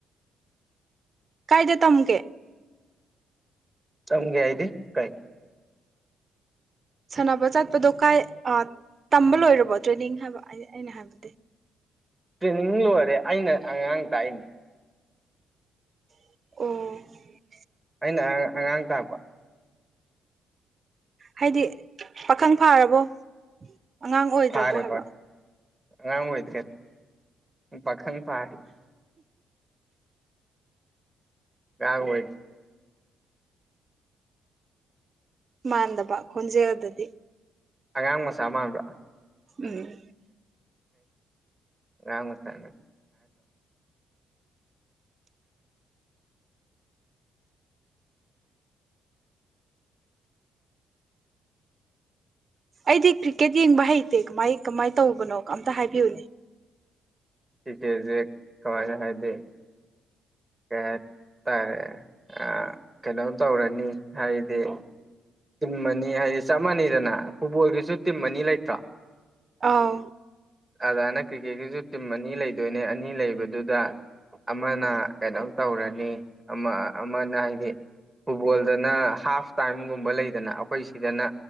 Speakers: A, on the right (about 40°); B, in the centre.
A: ꯀꯥꯏꯗ ꯇꯝꯒꯦ
B: ꯇꯝꯒꯦ ꯍꯥꯏꯗꯤ ꯀꯩ
A: ꯁꯥꯟꯅꯕ ꯆꯠꯄꯗꯣ ꯀꯥꯏ ꯑꯥ ꯇꯝꯕ ꯂꯣꯏꯔꯕꯣ ꯇ꯭ꯔꯦꯅꯤꯡ ꯍꯥꯏꯕ ꯑ ꯑꯩꯅ ꯍꯥꯏꯕꯗꯤ
B: ꯇ꯭ꯔꯦꯅꯤꯡ ꯂꯣꯏꯔꯦ ꯑꯩꯅ ꯑꯉꯥꯡ ꯇꯥꯛꯏꯅꯤ
A: ꯑꯣ
B: ꯑꯩꯅ ꯑꯉꯥ ꯑꯉꯥꯡ ꯇꯥꯛꯄ
A: ꯍꯥꯏꯗꯤ ꯄꯥꯈꯪ ꯐꯥꯔꯕꯣ ꯑꯉꯥꯡ ꯑꯣꯏꯗ꯭ꯔꯕꯣ
B: ꯐꯥꯔꯦ
A: ꯍꯥꯏꯕ
B: ꯑꯉꯥꯡ ꯑꯣꯏꯗ꯭ꯔꯦ ꯄꯥꯈꯪ ꯐꯥꯔꯦ UNINTELLIGIBLE
A: ꯃꯥꯟꯗꯕ ꯈꯣꯟꯖꯦꯜꯗꯗꯤ
B: ꯑꯉꯥꯡ ꯃꯆꯥ ꯃꯥꯟꯕ꯭ꯔꯥ
A: INAUDIBLE
B: UNINTELLIGIBLE
A: ꯑꯩꯗꯤ ꯀ꯭ꯔꯤꯀꯦꯠ ꯌꯦꯡꯕ ꯍꯩꯇꯦ ꯀꯝꯃꯥꯏ- ꯀꯝꯃꯥꯏ ꯇꯧꯕꯅꯣ ꯑꯝꯇ ꯍꯥꯏꯕꯤꯌꯨꯅꯦ
B: ꯇꯤꯇꯦꯖꯦ ꯀꯃꯥꯏꯅ ꯍꯥꯏꯗꯤ ꯀꯩ ꯍꯥꯏ ꯇꯥꯔꯦ ꯑꯥ ꯀꯩꯅꯣꯝ ꯇꯧꯔꯅꯤ ꯍꯥꯏꯗꯤ ꯇꯤꯝ ꯑꯅꯤ ꯍꯥꯏꯗꯤ ꯆꯞ ꯃꯥꯟꯅꯩꯗꯅ ꯐꯨꯠꯕꯣꯜꯒꯤꯖꯨ ꯇꯤꯝ ꯑꯅꯤ ꯂꯩꯇ꯭ꯔꯣ
A: ꯑꯥꯎ
B: ꯑꯗꯥꯏꯅ ꯀ꯭ꯔꯤꯛꯀꯦꯠꯀꯤꯖꯨ ꯇꯤꯝ ꯑꯅꯤ ꯂꯩꯗꯣꯏꯅꯦ ꯑꯅꯤ ꯂꯩꯕꯗꯨꯗ ꯑꯃꯅ ꯀꯩꯅꯣꯝ ꯇꯧꯔꯅꯤ ꯑꯃ ꯑꯃꯅ ꯍꯥꯏꯗꯤ ꯐꯨꯠꯕꯣꯜꯗꯅ ꯍꯥꯐ ꯇꯥꯏꯝꯒꯨꯝꯕ ꯂꯩꯗꯅ ꯑꯩꯈꯣꯏ ꯁꯤꯗꯅ